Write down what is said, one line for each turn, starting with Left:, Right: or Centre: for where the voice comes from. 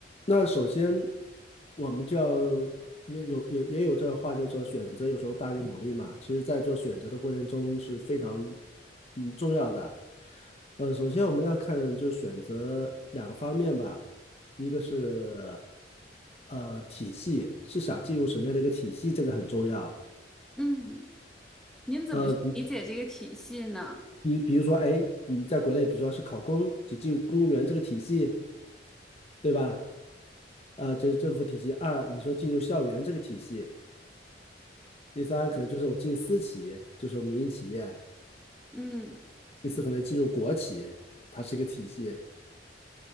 Left: 那首先我们就要也有也也有这话，就是说选择有时候大于努力嘛。其实，在做选择的过程中是非常嗯重要的。呃，首先我们要看就是选择两个方面吧，一个是呃体系，是想进入什么样的一个体系，这个很重要。
Centre: 嗯，您怎么去理解这个体系呢？
Left: 呃，比比如说，哎，你在国内，比如说是考公，就进公务员这个体系，对吧？呃，这是政府体系；二，你说进入校园这个体系；第三，可能就是我进私企就是我民营企业；
Centre: 嗯，
Left: 第四，可能进入国企，它是一个体系；